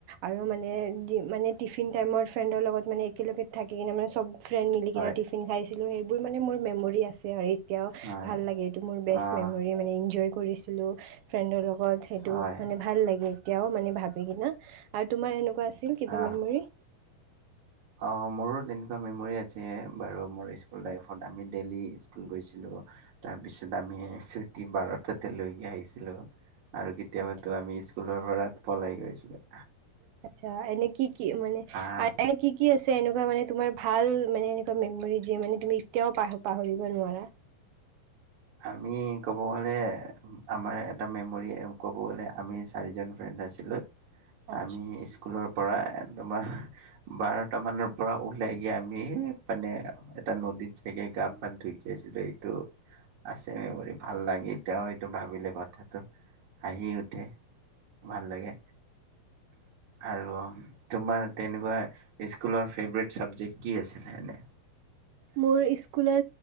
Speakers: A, on the right; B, on the right.
A: আৰু মানে মানে টিফিন টাইমত ফ্ৰেণ্ডৰ লগত মানে একেলগে থাকি কিনে মানে চব ফ্ৰেণ্ড মিলি
B: হয়
A: কেনে টিফিন খাইছিলো সেইবোৰ মানে মোৰ মেমৰি আছে আৰু এতিয়া
B: হয়
A: ভাল লাগে এইটো মোৰ বেষ্ট
B: আহ
A: মেমৰিী মানে এনজয় কৰিছিলোঁ ফ্ৰেণ্ডৰ লগত লগত সেইটো
B: হয়
A: মানে ভাল লাগে এতিয়াও মানে ভাবি কিনা আৰু তোমাৰ এনেকুৱা আছিল কিবা
B: আহ
A: মেমৰি
B: অ মোৰো তেনেকুৱা মেমৰি আছে বাৰু মোৰ স্কুল লাইত আমি ডেইলি স্ক গৈছিলো তাৰপিছত আমি ছুটি বাৰটাতে লৈকে আহিছিলো আৰু কেতিয়াবাতো
A: আচ্ছা
B: আমি স্কুলৰ পৰা পলাই গৈছিলে
A: আচ্ছা এনে কি কি মানে
B: আহ
A: এনে কি কি আছে এনেকুৱা মানে তোমাৰ ভাল মানে এনেকুৱা মেমৰি যে মানে তুমি এতিয়াও পাহৰিব নোৱাৰা
B: আমি ক'ব গ'লে আমাৰ এটা মেমৰি ক'ব গ'লে আমি চাৰিজন ফ্ৰেণ্ড আছিলোঁ
A: আচ্ছা
B: আমি স্কুলৰ পৰা তোমাৰ বাৰটা মানৰ পৰা ওলাই গিয় আমি মানে এটা নদীত জগে গা পা ধুইকিয় আছিলো এইটো আছে মে ভাল লাগে এ তেওঁ সটো ভাবিলে কথাটো আহি উঠে ভাল লাগে আৰু তোমাৰ তেনেকুৱা স্কুলৰ ফেভৰেট চাবজেক্ট কি আছিলনে
A: মোৰ স্কুলৰ